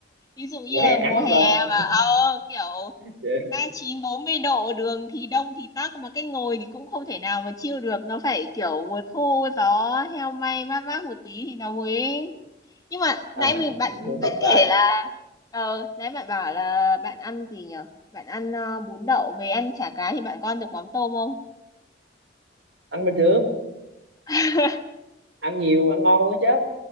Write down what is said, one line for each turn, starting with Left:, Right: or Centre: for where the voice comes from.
Left: ví dụ như
Right: mùa hè
Left: là
Right: nắng
Left: mùa
Right: quá
Left: hè
Right: cơ.
Left: mà ờ, kiểu
Right: <laughs>
Left: ba chín bốn mươi độ đường thì đông thì tắc mà cái ngồi thì cũng không thể nào mà chill được nó phải kiểu mùa thu gió heo may mát mát một tí thì nó mới nhưng mà
Right: à,
Left: nãy mình bạn
Right: không hợp
Left: bạn
Right: vai
Left: kể là ờ nãy bạn bảo là bạn ăn gì nhở bạn ăn ờ, bún đậu về ăn chả cá thì bạn con được mắm tôm không
Right: ăn bình thường
Left: <laughs>
Right: ăn nhiều ăn ngon luôn á